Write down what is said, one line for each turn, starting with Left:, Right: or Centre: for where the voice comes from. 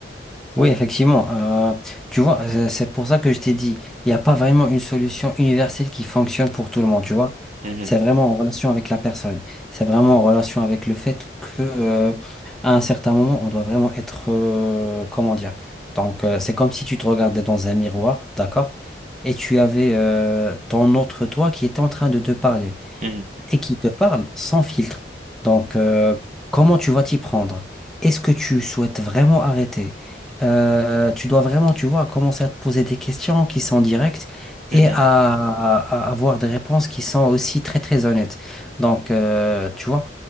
Centre: Oui, effectivement. euh, tu vois, euh, c'est pour ça que je t'ai dit, il n'y a pas vraiment une solution universelle qui fonctionne pour tout le monde, tu vois.
Right: Mhm,
Centre: C'est vraiment en relation avec la personne. C'est vraiment en relation avec le fait que, euh, à un certain moment, on doit vraiment être, euh, comment dire. Donc, euh, c'est comme si tu te regardais dans un miroir, d'accord? Et tu avais, euh, ton autre toi qui était en train de te parler
Right: mhm,
Centre: et qui te parle sans filtre. Donc, euh, comment tu vas t'y prendre? Est-ce que tu souhaites vraiment arrêter? Euh, tu dois vraiment, tu vois, commencer à te poser des questions qui sont directes
Right: mhm,
Centre: et à, à- à avoir des réponses qui sont aussi très, très honnêtes. Donc, euh, tu vois